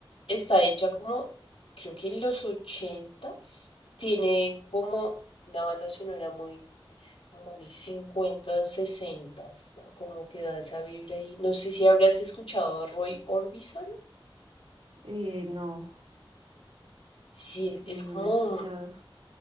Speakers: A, on the left; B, on the right.
A: está hecha como, creo que en los ochentas, tiene como una banda sonora muy, muy cincuentas, sesentas, ¿no? Como que da esa vibra ahí. No sé si habrás escuchado a Roy Orbison.
B: Eh, no,
A: Sí,
B: no,
A: es es
B: no
A: como
B: la he escuchado.
A: un,